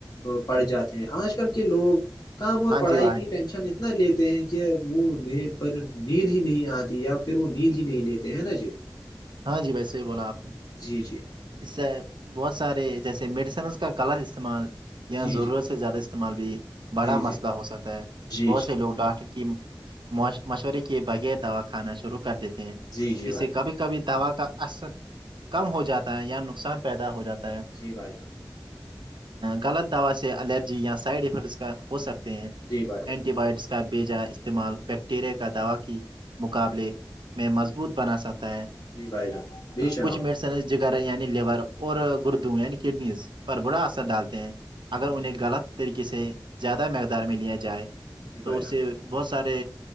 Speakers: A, on the left (about 50°); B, on the right (about 80°).
A: پڑھ جاتے ہیں آج کل کے لوگ کام اور
B: ہاں
A: پڑھائی
B: جی بھائی
A: کی ٹینشن اتنا لیتے ہیں کہ وہ پر نیند ہی نہیں آتی یا پھر وہ نیند ہی نہیں لیتے ہے نا جی <inaudible>
B: ہاں جی وسے ہی بولا آپ نے
A: جی جی
B: اس سے بہت سارے جیسے میڈیسنس کا غلط استعمال
A: جی
B: یا ضرورت
A: جی
B: زیادہ استعمال بھی بڑا
A: جی
B: مسئلہ
A: جی
B: ہو سکتا ہے
A: جی
B: بہت
A: جی
B: سے لوگ ڈاکٹر کی مشورے کی بغیر دوا کھانا شروع کر دیتے ہیں
A: جی جی بھائی
B: اسے کبھی کبھی دوا کا اثر کم ہو جاتا ہے یا نقصان پیدا ہو جاتا ہے
A: جی بھائی جان
B: غلط دوا سے الرجی یا سائڈ افیکٹس کا ہو سکتا ہیں
A: جی بھائی جان
B: اینٹی باوٹکس کا بے جا استعمال بیکٹیریا کا دوا کے مقابلے میں مضبوط بنا سکتا ہے
A: جی بھائی جان بے شک
B: کچھ
A: آپ
B: میڈیسن جگر یعنی لیور اور گردو یعنی کڈنیز پر برا اثر ڈالتے ہیں اگر انہیں
A: جی بھائی
B: غلط طریقے سے زیادہ مقدار میں لیا جائے
A: جی
B: تو
A: بھائی
B: اس
A: جان
B: سے بہت سارے